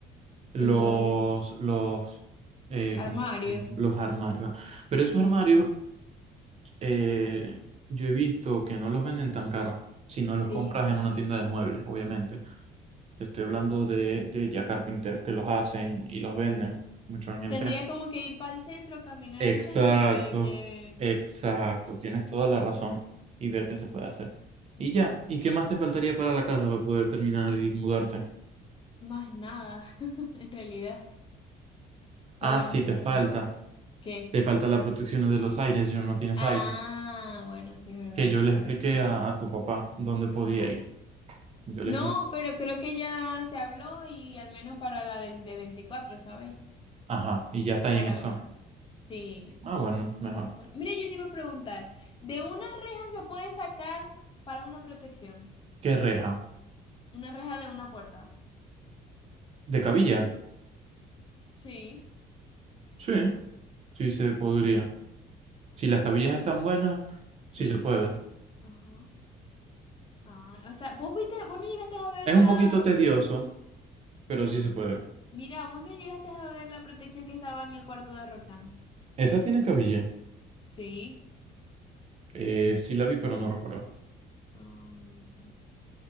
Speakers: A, on the right; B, on the left.
A: Los,
B: Eso es
A: los, eh,
B: armario.
A: ¿cómo se llaman? Los armarios. ah. Pero esos
B: Ujú,
A: armarios, eh, yo he visto que no los venden tan caros, si no los
B: Sí.
A: compras en una tienda de muebles, obviamente. Te estoy hablando de, de ya carpinteros que los hacen y los venden mucho en el
B: Tendría
A: centro.
B: como que ir para el centro, caminar
A: Exacto,
B: al centro y ver qué...
A: exacto, tienes toda la
B: Ujú,
A: razón y ver qué se puede hacer. Y
B: Exacto.
A: ya, ¿y qué más te faltaría para la casa para poder terminar y mudarte?
B: Más nada, <laughs> en realidad. Solamente
A: Ah, sí, te
B: sería
A: falta,
B: eso. ¿Qué?
A: te falta la protección de los aires, yo no no tienes
B: Ah,
A: aires.
B: bueno, sí es verdad,
A: Que yo le
B: correcto.
A: expliqué a, a tu papá dónde podía
B: Ajá.
A: ir. Yo le
B: No,
A: expliqué.
B: pero creo que ya se habló y al menos para la del de veinticuatro ¿sabes?
A: Ajá, y ya está ahí
B: Por
A: en eso.
B: ahora. Sí, sí.
A: Ah, bueno, mejor.
B: Entonces, bueno. Mira, yo te iba a preguntar, ¿de una reja se puede sacar para una protección?
A: ¿Qué reja?
B: Una reja de una puerta.
A: ¿De cabilla?
B: Sí.
A: Sí, sí se podría.
B: Mm.
A: Si las cabillas están buenas,
B: Sí.
A: sí se puede.
B: Ajá. Ah, o sea, vos viste, vos no llegaste a ver
A: Es
B: la...
A: un poquito tedioso, pero sí
B: Ah.
A: se puede.
B: Mira, vos no llegaste a ver la protección que estaba en el cuarto de Roxanne.
A: ¿Esa tiene cabilla?
B: Sí.
A: Eh, sí la vi, pero no recuerdo.
B: Ah, ok.